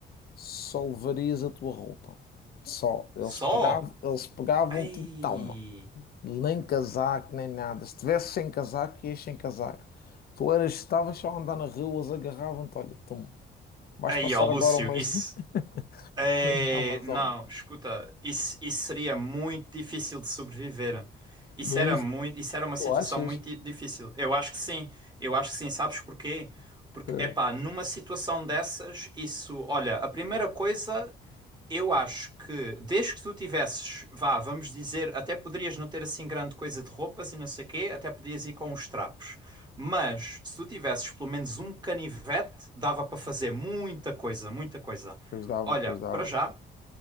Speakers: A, on the left; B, on the right.
A: só levarias a tua roupa. Só. Eles
B: Só?
A: pegavam, eles pegavam-te
B: Ei!
A: e toma. Nem casaco, nem nada. Se tivesse sem casaco, ias sem casaco. Tu eras, estavas só a andar na rua, eles agarravam-te, olha, tu. Vais
B: Ei,
A: passar
B: ó, Lúcio,
A: agora um mês,
B: isso.
A: <laughs> um
B: É,
A: mês na Amazónia.
B: não, escuta, isso, isso seria muito difícil de sobreviver. Isso
A: Mas
B: era muito, isso era uma situação
A: tu achas?
B: muito di- difícil. Eu acho que sim, eu acho que sim, sabes porquê? Porque,
A: Que...
B: epá, numa situação dessas, isso, olha, a primeira coisa, eu acho que desde que tu tivesses, vá, vamos dizer, até poderias não ter assim grande coisa de roupas e não sei quê, até podias ir com os trapos. Mas se tu tivesses pelo menos um canivete, dava para fazer muita coisa, muita coisa.
A: Pois dava,
B: Olha,
A: pois dava.
B: para já,